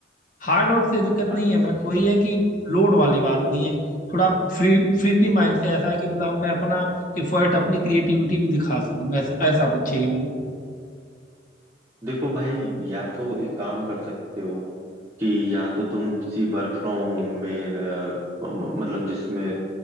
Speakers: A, on the left; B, on the right.
A: हार्ड वर्क से दिक्कत नहीं
B: अच्छा
A: है बट वही है कि लोड वाली बात नहीं है थोड़ा फ्री फ्रीडी माइंड से ऐसा है कि मतलब मैं अपना एफर्ट अपनी क्रिएटिविटी भी दिखा सकूँ ऐसा ऐसा कुछ चाहिए मुझे
B: देखो भाई या तो एक काम कर सकते हो कि या तो तुम किसी वर्क फ्रॉम होम में अ, मतलब जिसमें